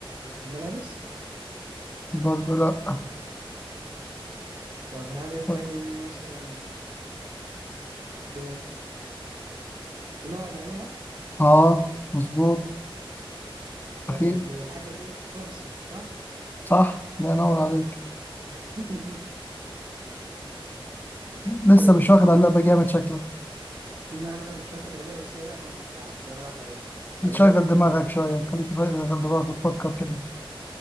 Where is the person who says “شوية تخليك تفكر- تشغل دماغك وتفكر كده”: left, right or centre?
Left